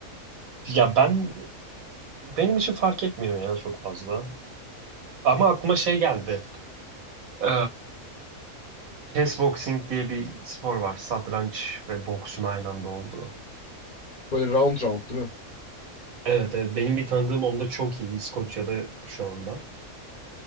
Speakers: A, on the right; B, on the left.
A: Ya ben benim için fark etmiyor ya çok fazla. Ama aklıma şey geldi. Ee, chess boxing diye bir spor var. Satranç ve boksun aynı anda olduğu.
B: böyle round round değil mi?
A: Evet evet benim bir tanıdığım onda çok iyi İskoçya'da şu anda